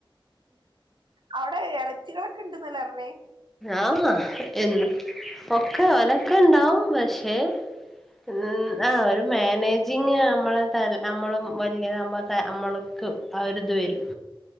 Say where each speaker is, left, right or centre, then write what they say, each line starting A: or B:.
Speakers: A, on the right; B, in the centre.
A: അവിടെ ഇളച്ചികളൊക്കെ ഉണ്ടന്നല്ലെപറഞ്ഞേ
B: ആഹ് എ ഒക്കെ ഓലൊക്കെ ഇണ്ടാവും പക്ഷേ ഉം ആ ഒരു മാനേജിങ് നമ്മള ത നമ്മളും വലിയത നമ്മള് അവരുത് വരും